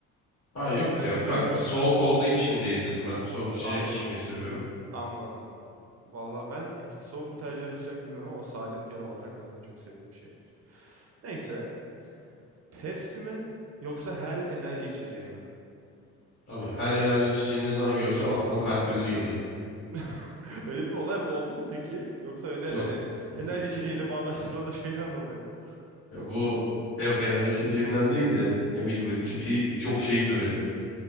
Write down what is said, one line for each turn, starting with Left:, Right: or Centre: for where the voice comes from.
Left: Ha yok
Right: Sen
Left: ya.
Right: seviyor
Left: Ben
Right: musun?
Left: e, soğuk olduğu için diye dedim. Ben soğuk içecek
Right: Anladım.
Left: içmeyi seviyorum.
Right: Anladım. Vallahi ben hiç soğuk mu tercih ederim sıcak mı bilmem ama Salep genel olarak zaten çok sevdiğim bir şeydir. Neyse. Pepsi mi yoksa Hell enerji içeceği mi?
Left: Abi her enerji içeceğini ne zaman görsem aklıma kalp krizi geliyor.
Right: <laughs> Öyle bir olay oldu mu peki? Yoksa öyle
Left: Yok.
Right: hani
Left: <laughs>
Right: enerji içeceğiyle bağdaştırılan o şeyden dolayı mı?
Left: Ya bu yok enerji içeceğinden değil de ne bileyim böyle tipi çok şey duruyor.